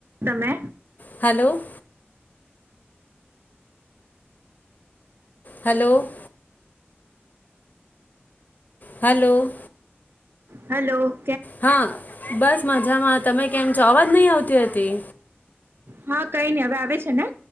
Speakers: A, on the right (about 60°); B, on the left (about 40°).
A: તમે
B: hello hello hello
A: hello
B: હા બસ મજામાં તમે કેમ છો અવાજ નહી આવતી હતી.
A: હા કઈ નઈ હવે આવે છે ને